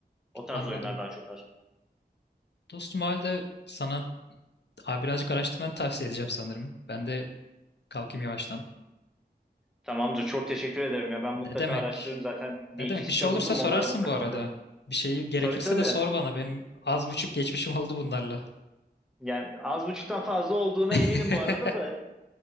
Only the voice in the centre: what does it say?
O tarz
oyunlar daha çok var.
Tamamdır. Çok teşekkür ederim ya. Ben
mutlaka
araştırırım. Zaten bir
iki
site
buldum.
Onlara mutlaka
bakarım.
Tabii tabii.
Yani az buçuktan fazla olduğuna eminim
bu arada da.